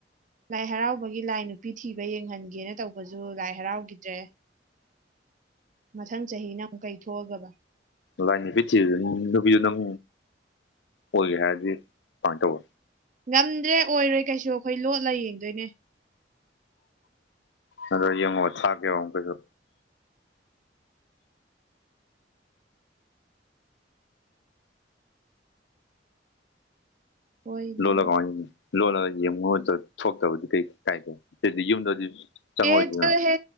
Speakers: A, on the right; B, on the left.
A: ꯂꯥꯏ ꯍꯔꯥꯎꯕꯒꯤ ꯂꯥꯏ ꯅꯨꯄꯤ ꯊꯤꯕ ꯌꯦꯡꯍꯟꯒꯦꯅ ꯇꯧꯕꯁꯨ ꯂꯥꯏ ꯍꯔꯥꯎꯒꯤꯗ꯭ꯔꯦ ꯃꯊꯪ ꯆꯍꯤꯅ ꯑꯃꯨꯛ ꯀꯩꯊꯣꯛꯑꯒꯕ
B: ꯂꯥꯏ ꯅꯨꯄꯝ ꯊꯤꯕꯗ ꯅꯨꯄꯤꯗꯨ ꯅꯪ ꯑꯣꯏꯒꯦ ꯍꯥꯏꯔꯗꯤ ꯀꯃꯥꯏꯟ ꯇꯧꯕ
A: ꯉꯝꯗ꯭ꯔꯦ ꯑꯣꯏꯔꯣꯏ ꯀꯩꯁꯨ ꯑꯈꯣꯏ ꯂꯣꯠꯂ ꯌꯦꯡꯗꯣꯏꯅꯦ
B: ꯑꯗꯣ ꯌꯦꯡꯉꯣ ꯊꯥꯛꯀꯦꯕ ꯑꯃꯨꯛꯀꯁꯨ
A: ꯍꯣꯏꯅꯦ
B: ꯂꯣꯠꯂꯒ ꯀꯃꯥꯏ ꯂꯣꯠꯂꯒ ꯌꯦꯡꯉꯨ <unintelligible> ꯊꯣꯛꯇꯕꯗꯤ ꯀꯩ ꯀꯥꯏꯒꯦ ꯑꯗꯤ ꯌꯨꯝꯗꯗꯤ ꯆꯪꯉꯛꯑꯣꯏꯗꯅ
A: ꯑꯦ ꯆꯠꯂꯍꯦ